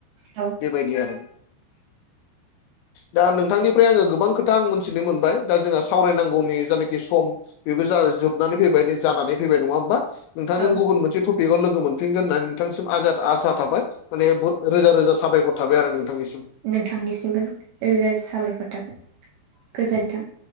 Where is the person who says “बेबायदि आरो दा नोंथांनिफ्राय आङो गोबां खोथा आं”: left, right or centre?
Left